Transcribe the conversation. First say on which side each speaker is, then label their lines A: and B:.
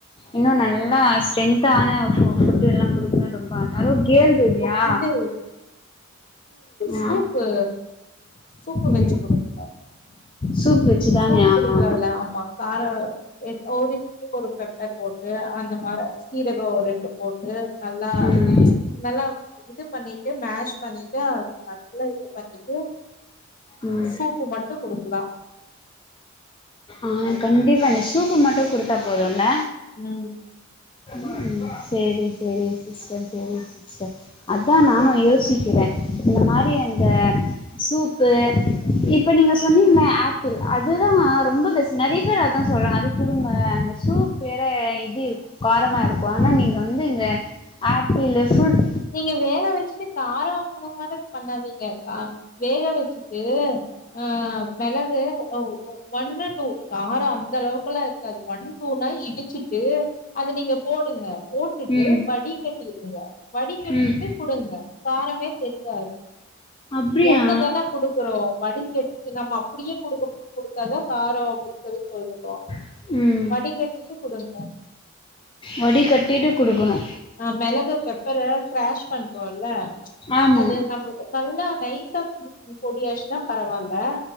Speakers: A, on the left; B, on the left.
A: இன்னு நல்லா ஸ்ட்டென்த்தான ஃபு ஃபுட்டு எல்லா குடுக்கணு ரொம்ப ஆச அது கேர்ள் பேபியா
B: <inaudible> இது சூப்பு
A: ஆ
B: சூப்பு வச்சி
A: ம்
B: குடுங்க
A: சூப் வச்சுதானே
B: சூப் குடுக்லால
A: ஆமா
B: ஆமா காரோ லைக் ஒரே ஒரு பெப்பர் போட்டு அந்த மாரி சீரகோ ஒரு ரெண்டு போட்டு நல்லா
A: ம்
B: நல்லா இது பண்ணிட்டு மேஷ் பண்ணிட்டு நல்லா இது பண்ணி ட்டு
A: ம்
B: சூப்பு மட்டு குடுக்லா
A: ஆ கண்டிப்பா இ சூப்பு மட்டு குடுத்தா போதுல்ல
B: ம்
A: ம் சேரி சேரி சிஸ்டர் சேரி சிஸ்டர் அதா நானு யோசிக்கிறே இந்த மாரி அந்த சூப்பு இப்ப நீங்க சொன்னீங்ல ஆப்பிள் அதுதா ரொம்ப பெஸ்ட் நறைய பேரு அதா சொல்றாங்க அது குடுங்க அந்த சூப் வேற இது இருக்கு காரமாருக்கு ஆனா நீங்க வந்து இந்த ஆப்பிளு ஃபுட்
B: நீங்க வேக வச்சிட்டு காரோ <inaudible> மாரி பண்ணாதீங்க க வேக வச்சிட்டு ஆ மெளகு ஒன்னு காரோ அந்தளவுக்குல்லா இருக்காது ஒன் டூனா இடிச்சுட்டு அது நீங்க போடுங்க போட்டுட்டு
A: ம்
B: வடிகட்டிடுங்க வடி கட்டிட்டு
A: ம்
B: குடுங்க காரமே தெரியாது
A: அப்டியா
B: ஒண்ணு தானே குடுக்குறோ வடிக்கட்டி நம்ம அப்டியே குடுக்க குடுத்தாதா காரோ அப்டின் சொல்லி சொல்லுவோ
A: ம்
B: வடிகட்டி ட்டு குடுங்க
A: வடிகட்டிட்டு குடுக்கணு
B: ஆ மெளகு பெப்பர க்ராஷ் பண்றோல்ல
A: ஆமா
B: அது நம்ளு நல்லா நைசா பொடியாச்சினா பரவால்ல